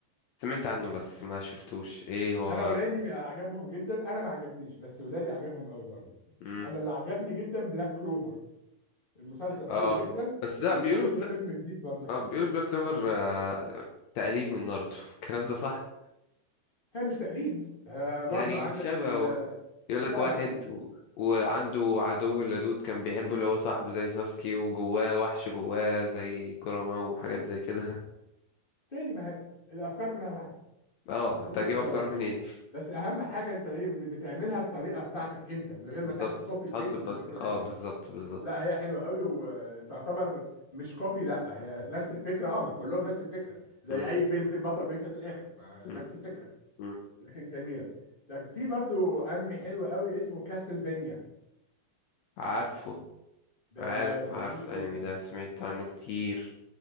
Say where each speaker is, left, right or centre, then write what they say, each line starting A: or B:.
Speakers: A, on the left; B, on the left.
A: سمعت عنه بس ما شفتوش ايه هو
B: انا ولادي بقى عجبهم جدا انا ما عجبنيش بس ولادي عجبهم قوي برضو
A: مم.
B: انا اللي عجبني جدا بلاك كلوفر المسلسل حلو
A: اه
B: جدا
A: بس لا
B: ونزل
A: بيقولوا بلاك
B: له فيلم جديد برضو حلو
A: اه بيقولوا بلاك كلوفر آه... تقليد من ناروتو <laughs> الكلام ده صح
B: هي مش تقليد آه برضو
A: يعني
B: عندك
A: شبهه
B: ال آه،
A: يقول
B: لا
A: لك واحد
B: لا ما-
A: و... وعنده عدو اللدود كان بيحبه اللي هو صاحبه زي ساسكي وجواه وحش جواه زي كوراما وحاجات زي كده
B: تاني ما هي- الافكار كلها واحده
A: <laughs> اه
B: كل
A: انت
B: الافكار
A: هتجيب افكار
B: واحده
A: منين
B: بس اهم حاجه انت ايه بت- بتعملها بطريقه بتاعتك انت
A: <laughs>
B: من غير ما
A: بالظبط
B: تاخد كوبي
A: تحط
B: بيست
A: بصمة
B: من الفكره القديمه
A: اه بالظبط بالظبط
B: لا هي حلوه قوي وتعتبر مش كوبي لا هي نفس الفكره اه ما كلهم نفس الفكره زي
A: مم،
B: اي فيلم فيه البطل بيكسب في الاخر ما
A: مم،
B: نفس الفكره
A: مم.
B: لكن جميله لكن في برضو انمي حلو قوي اسمه كاسلفينيا
A: عارفه
B: ده
A: عارف عارف
B: جميل
A: الانمي
B: جدا
A: ده سمعت عنه كتير